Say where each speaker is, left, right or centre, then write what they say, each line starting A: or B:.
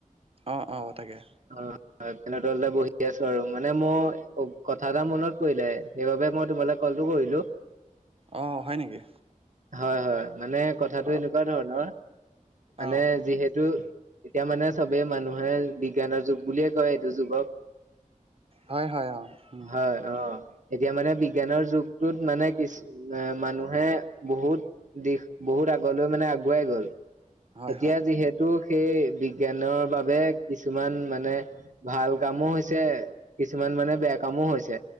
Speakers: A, on the right; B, on the right.
A: অ', অ', তাকে।
B: অ, হয় ফেনতললে বহি আছো আৰু মানে মই কথা এটা মনত পৰিলে সেইবাবে মই তোমালে ক'লটো কৰিলোঁ।
A: অ, হয় নেকি?
B: হয়-হয় মানে কথাটো
A: অ',
B: এনেকুৱা ধৰণৰ মানে
A: অ',
B: যিহেতু এতিয়া মানে চবেই মানুহে বিজ্ঞানৰ যুগ বুলিয়ে কয় এইটো যুগক
A: হয়- হয় অ, উম,
B: হয় অ, এতিয়া মানে বিজ্ঞানৰ যুগটোত মানে কিছ <unintelligible> মানুহে বহুত দিশ বহুত আগলৈ মানে আগুৱাই গ'ল।
A: হয়,
B: এতিয়া
A: হয়,
B: যিহেতু সেই বিজ্ঞানৰ বাবে কিছুমান মানে ভাল কামো হৈছে কিছুমান মানে বেয়া কামো হৈছে